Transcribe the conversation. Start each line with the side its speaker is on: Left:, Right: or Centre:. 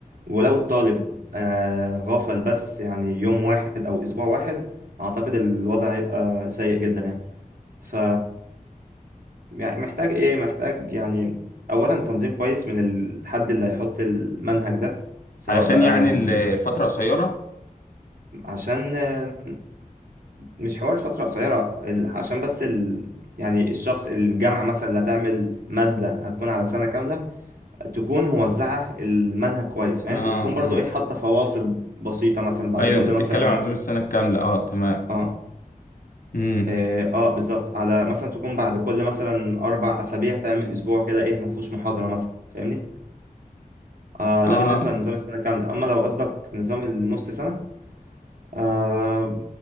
Right: ولو الطالب آه غفل بس يعني يوم واحد أو أسبوع واحد أعتقد الوضع هيبقى سيء جدا يعني ف يعني محتاج إيه محتاج يعني أولا تنظيم كويس من الحد اللي هيحط المنهج ده سواء
Left: علشان
Right: بقى
Left: يعني
Right: يعني
Left: ال- الفترة قصيرة
Right: عشان آه، مش حوار فترة قصيرة ال- عشان بس ال... يعني الشخص الجامعة مثلا اللي هتعمل مادة هتكون على سنة كاملة تكون موزعة المنهج كويس فاهم
Left: اه
Right: وتكون برضو
Left: اه
Right: ايه حاطة فواصل بسيطة مثلا بعد
Left: ايوه
Right: كل
Left: انت بتتكلم
Right: مثلا
Left: عن نظام السنة الكاملة اه تمام
Right: اه
Left: امم
Right: اه, آه بالظبط على مثلا تكون بعد كل مثلا أربع أسابيع تعمل أسبوع كده ايه مفهوش محاضرة مثلا فاهمني؟ آه
Left: اه
Right: ده بالنسبة لنظام السنة كاملة أما لو قصدك نظام النص سنة آه